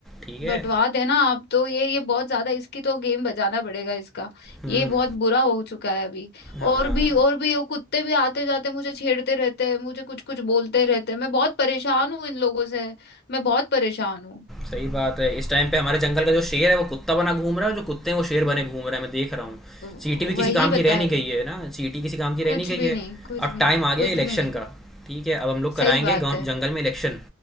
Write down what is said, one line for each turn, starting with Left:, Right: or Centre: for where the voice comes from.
Centre: ठीक है
Left: बंटवा देना आप तो ये ये बहुत ज्यादा इसकी तो गेम बजाना पड़ेगा इसका
Centre: हम्म
Left: ये बहुत बुरा हो चुका है अभी
Centre: हाँ
Left: और भी और भी वो कुत्ते भी आते जाते मुझे छेड़ते रहते हैं मुझे कुछ कुछ बोलते रहते हैं मैं बहुत परेशान हूँ इन लोगों से मैं बहुत परेशान हूँ
Centre: सही बात है इस टाइम पे हमारे जंगल का जो शेर है वो कुत्ता बना घूम रहा है और जो कुत्ते हैं वो शेर बने घूम रहे हैं मैं देख रहा हूँ
Left: व-
Centre: चींटी भी किसी
Left: वही
Centre: काम की
Left: बता
Centre: रह नहीं
Left: रही
Centre: गई
Left: हूँ
Centre: है ना चींटी किसी काम की रह
Left: कुछ
Centre: नहीं गई
Left: भी
Centre: है
Left: नहीं कुछ
Centre: अब
Left: भी
Centre: टाइम
Left: नहीं
Centre: आ गया
Left: कुछ
Centre: इलेक्शन
Left: भी नहीं
Centre: का ठीक है अब हम लोग कराएंगे
Left: सही बात
Centre: गाँव
Left: है
Centre: जंगल में इलेक्शन